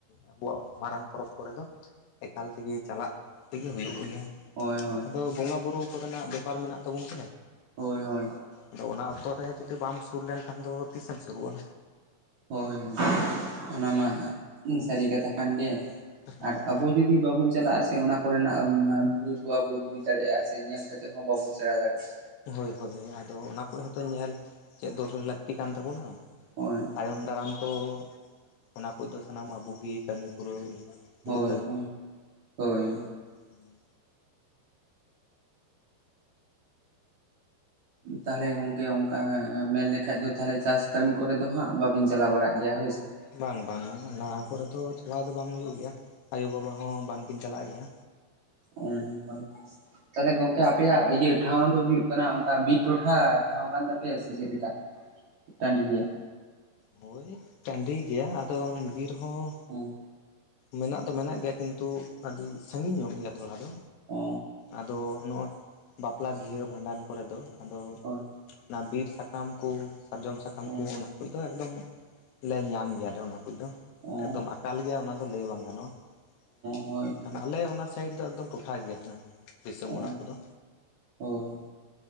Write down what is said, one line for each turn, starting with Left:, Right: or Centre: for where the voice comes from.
Left: ᱟᱵᱚᱣᱟᱜ ᱢᱟᱨᱟᱝ ᱯᱚᱨᱚᱵᱽ ᱠᱚᱨᱮ ᱫᱚ ᱮᱠᱟᱞ ᱛᱮᱜᱮ ᱪᱟᱞᱟᱜ ᱛᱮᱜᱮ ᱦᱩᱭᱩᱜ ᱜᱮᱭᱟ᱾
Right: ᱦᱳᱭ ᱦᱳᱭ
Left: ᱟᱯᱮ ᱫᱚ ᱵᱚᱸᱜᱟ ᱵᱩᱨᱩ ᱠᱚᱨᱮᱱᱟᱜ ᱵᱮᱯᱟᱨ ᱢᱮᱱᱟᱜ ᱛᱟᱵᱚᱱ ᱛᱮ
Right: ᱦᱳᱭ ᱦᱳᱭ
Left: ᱟᱫᱚ ᱚᱱᱟ ᱚᱠᱛᱚ ᱨᱮ ᱡᱩᱫᱤ ᱵᱟᱢ ᱥᱩᱨ ᱞᱮᱱᱠᱷᱟᱱ ᱫᱚ ᱛᱤᱥᱮᱢ ᱥᱩᱨᱩᱜᱼᱟ
Right: ᱦᱳᱭ ᱚᱱᱟ ᱢᱟ ᱥᱟᱹᱨᱤ ᱠᱟᱛᱷᱟ ᱠᱟᱱ ᱜᱮ
Left: ᱦᱩᱸ
Right: ᱟᱨ ᱟᱵᱚ ᱡᱩᱫᱤ ᱵᱟᱵᱚᱱ ᱪᱟᱞᱟᱜᱼᱟ ᱥᱮ ᱚᱱᱟ ᱠᱚᱨᱮᱱᱟᱜ ᱵᱩᱡᱽ ᱦᱚᱸ ᱵᱟᱵᱚ ᱵᱩᱡᱽ ᱫᱟᱲᱮᱭᱟᱜᱼᱟ ᱥᱮ ᱧᱮᱞ ᱠᱟᱛᱮ ᱦᱚᱸ ᱵᱟᱵᱚᱱ ᱥᱮᱬᱟ ᱫᱟᱲᱮᱭᱟᱜᱼᱟ᱾
Left: ᱦᱳᱭ ᱦᱳᱭ ᱟᱫᱚ ᱚᱱᱟ ᱠᱚ ᱨᱮ ᱦᱚᱸᱛᱚ ᱧᱮᱞ ᱪᱮᱫ ᱫᱚᱦᱚ ᱞᱟᱹᱠᱛᱤ ᱠᱟᱱ ᱛᱟᱵᱚᱱᱟ
Right: ᱦᱳᱭ
Left: ᱛᱟᱭᱚᱢ ᱫᱟᱨᱟᱢ ᱛᱚ ᱚᱱᱟ ᱠᱚᱫᱚ ᱥᱟᱱᱟᱢ ᱟᱵᱚᱜᱮ ᱠᱟᱹᱢᱤ ᱯᱩᱨᱟᱹᱣ ᱦᱩᱭᱩᱜ
Right: ᱦᱳᱭ ᱦᱳᱭ <inaudible> ᱦᱳᱭ
Left: ᱦᱮᱸ
Right: ᱛᱟᱦᱚᱞᱮ ᱜᱚᱝᱠᱮ ᱚᱱᱠᱟ ᱢᱮᱱᱞᱮᱠᱷᱟᱡ ᱫᱚ ᱛᱟᱦᱚᱞᱮ ᱪᱟᱥ ᱠᱟᱹᱢᱤ ᱠᱚᱨᱮ ᱫᱚ ᱦᱟᱸᱜ ᱵᱟᱵᱤᱱ ᱪᱟᱞᱟᱣ ᱵᱟᱲᱟᱜ ᱜᱮᱭᱟ ᱦᱳᱭᱥᱮ
Left: ᱵᱟᱝ ᱵᱟᱝ ᱱᱚᱣᱟ ᱠᱚᱨᱮ ᱫᱚ ᱪᱟᱞᱟᱣ ᱫᱚ ᱵᱟᱝ ᱦᱩᱭᱩᱜ ᱜᱮᱭᱟ ᱟᱭᱳ ᱵᱟᱵᱟ ᱦᱚᱸ ᱵᱟᱝᱠᱤᱱ ᱪᱟᱞᱟᱜ ᱜᱮᱭᱟ᱾
Right: ᱳ ᱛᱟᱦᱚᱞᱮ ᱜᱚᱝᱠᱮ ᱟᱯᱮᱭᱟᱜ ᱤᱭᱟᱹ ᱴᱷᱟᱶ ᱫᱚ ᱦᱩᱭᱩᱜ ᱠᱟᱱᱟ ᱚᱱᱠᱟ ᱵᱤᱨ ᱴᱚᱴᱷᱟ ᱴᱷᱟᱶ ᱠᱟᱱ ᱛᱟᱯᱮᱭᱟ ᱥᱮ ᱪᱮᱫ ᱞᱮᱠᱟ? ᱴᱟᱺᱰᱤ ᱜᱮᱭᱟ
Left: ᱦᱳᱭ ᱴᱟᱺᱰᱤ ᱜᱮᱭᱟ ᱟᱫᱚ ᱵᱤᱨ ᱦᱚᱸ
Right: ᱦᱮᱸ
Left: ᱢᱮᱱᱟᱜ ᱫᱚ ᱢᱮᱱᱟᱜ ᱜᱮᱭᱟ ᱠᱤᱱᱛᱩ ᱟᱹᱰᱤ ᱥᱟᱜᱤᱧ ᱧᱚᱜ ᱜᱮᱭᱟ ᱛᱷᱚᱲᱟ ᱫᱚ
Right: ᱚ
Left: ᱟᱫᱚ ᱱᱚᱜᱼᱚᱭ ᱵᱟᱯᱞᱟ ᱵᱤᱦᱟᱹ ᱵᱷᱟᱸᱰᱟᱱ ᱠᱚᱨᱮ ᱫᱚ ᱟᱫᱚ
Right: ᱦᱳᱭ
Left: ᱚᱱᱟ ᱵᱤᱨ ᱥᱟᱠᱟᱢ ᱠᱩ ᱥᱟᱨᱡᱚᱢ ᱥᱟᱠᱟᱢ
Right: ᱦᱳᱭ
Left: ᱥᱟᱠᱟᱢ ᱠᱚ ᱚᱱᱟ ᱠᱚᱫᱚ ᱮᱠᱫᱚᱢ ᱞᱮ ᱧᱟᱢ ᱜᱮᱭᱟ ᱚᱱᱟ ᱠᱚᱫᱚ
Right: ᱦᱳᱭ
Left: ᱮᱠᱫᱚᱢ ᱟᱠᱟᱞ ᱜᱮᱭᱟ ᱞᱟᱹᱭ ᱵᱟᱝ ᱜᱟᱱᱚᱜᱼᱟ
Right: ᱦᱳᱭᱛᱚ ᱦᱳᱭ
Left: ᱢᱮᱱᱠᱷᱟᱱ
Right: ᱛᱚ
Left: ᱟᱞᱮ ᱚᱱᱟ ᱥᱟᱭᱤᱰ ᱫᱚ ᱮᱠᱫᱚᱢ ᱴᱚᱴᱷᱟ ᱜᱮᱭᱟ ᱦᱟᱱᱟ ᱫᱤᱥᱚᱢ
Right: ᱚ
Left: ᱚᱲᱟᱜ ᱠᱚᱫᱚ?
Right: ᱦᱳᱭ